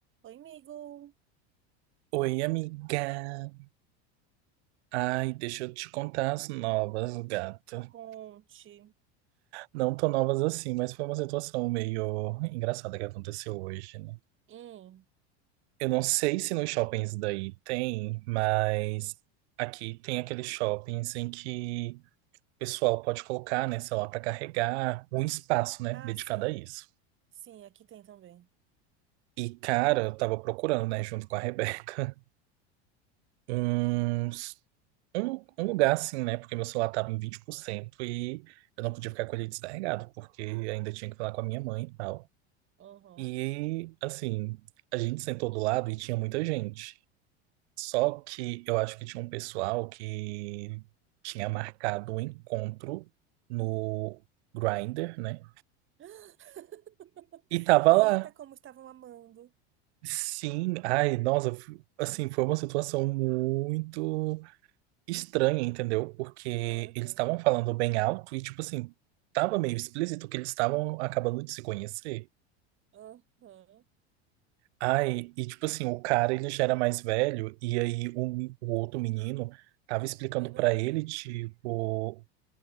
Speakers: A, on the right; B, on the right.
A: Oi, amigo.
B: Oi, amiga. Ai, deixa eu te contar as novas, gata.
A: Conte.
B: Não tão novas assim, mas foi uma situação meio engraçada que aconteceu hoje, né?
A: Hum.
B: Eu não sei se nos shoppings daí tem, mas aqui tem aqueles shoppings em que o pessoal pode colocar, né, sei lá, pra carregar um espaço, né,
A: Ah,
B: dedicado
A: sim.
B: a isso.
A: Sim, aqui tem também.
B: E, cara, eu tava procurando, né, junto com a <laughs> Rebeca. um um, um lugar assim, né? Porque meu celular tava em 20% e eu não podia ficar com ele descarregado, porque ainda tinha que falar com a minha mãe e tal.
A: Uhum.
B: E assim, a gente sentou do lado e tinha muita gente. Só que eu acho que tinha um pessoal que tinha marcado um encontro no Grindr, né?
A: <laughs>
B: E tava
A: Eita,
B: lá.
A: como estavam amando.
B: Sim, ai, nossa, f- assim, foi uma situação muito estranha, entendeu? Porque
A: Uhum.
B: eles estavam falando bem alto e, tipo assim, tava meio explícito que eles estavam acabando de se conhecer.
A: Uhum.
B: Ai, e tipo assim, o cara ele já era mais velho e aí o, me- o outro menino tava explicando
A: Bem novinho.
B: pra ele, tipo,